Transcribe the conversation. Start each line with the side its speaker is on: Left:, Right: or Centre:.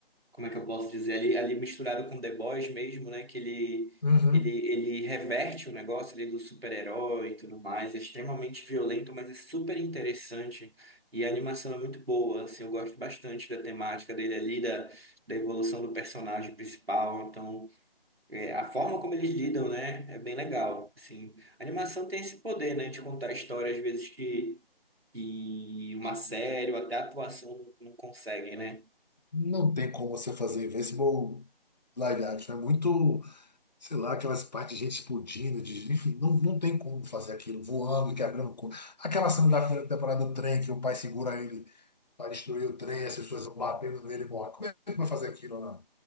Right: como é que eu posso dizer, ali, ali misturado com The Boys mesmo, né? Que ele,
Left: Uhum.
Right: ele, ele reverte o negócio ali do super-herói e tudo mais, é extremamente violento, mas é super interessante. E a animação é muito boa, assim, eu gosto bastante da temática dele ali, da, da evolução do personagem principal. Então, é, a forma como eles lidam, né, é bem legal. Assim, a animação tem esse poder, né, de contar histórias, às vezes, que. que uma série ou até a atuação não consegue, né?
Left: Não tem como você fazer Invincible live action. É muito, sei lá, aquelas partes de gente explodindo, de, enfim, não, não tem como fazer aquilo, voando e quebrando. co- Aquela cena da primeira temporada do trem que o pai segura ele Vai destruir o trem, as pessoas vão batendo nele e morrem. Como é que vai fazer aquilo na,